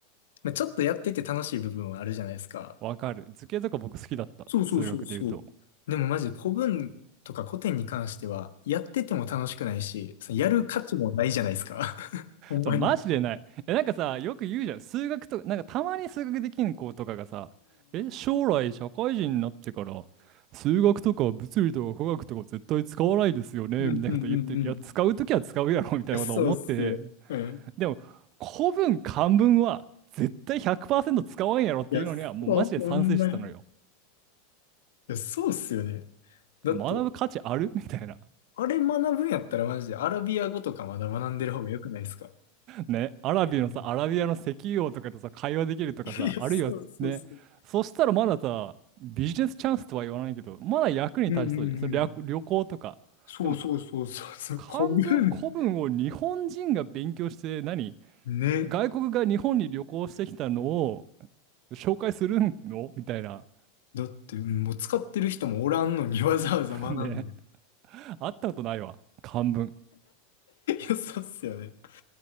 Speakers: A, on the left (about 70°); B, on the right (about 45°).
A: まあ、ちょっとやってて楽しい部分はあるじゃないですか。
B: わかる。図形とか僕好きだった。
A: そうそうそうそう。
B: 数学で言うと。
A: でもマジで古文とか古典に関しては、やってても楽しくないし、そのやる価値もないじゃないですか。<laughs> ほんまに。
B: そう、マジでない。え、なんかさ、よく言うじゃん。数学となんかたまに数学できん子とかがさ、え、将来社会人になってから、数学とか物理とか科学とか絶対使わないですよね、
A: うんうんうんうんうんうんうん。
B: みたいなこと言ってる。いや、
A: い
B: 使うときは使うやろ、みたいなこと思ってて。
A: や、そうっすよ。うん。
B: でも、古文、漢文は絶対100%使わんやろっていうのには、
A: いや、
B: もうマジで賛成してたのよ。
A: そう、ほんまに。いや、そうっすよね。だって、
B: 学ぶ価値あるみたいな。
A: あれ学ぶんやったらマジでアラビア語とかまだ学んでる方が良くないですか
B: ね、アラビのさ、
A: うん
B: アラビアの石油王とかとさ、会話できるとかさ、
A: いや、
B: あるいはね、
A: そうそうそう。
B: そしたらまださ、ビジネスチャンスとは言わないけど、まだ役に立ちそうじゃん。
A: うんうんうん。
B: それ略旅行とか。
A: そうそうそうそうそう。
B: でも、漢文、
A: 古文。
B: 古文を日本人が勉強して、何
A: ね。
B: 外国が日本に旅行してきたのを紹介するのみたいな。
A: だって、うんもう使ってる人もおらんのにわざわざ学んで。
B: <laughs> ね、
A: い
B: あったことないわ。漢文。
A: や、そうっすよね。だか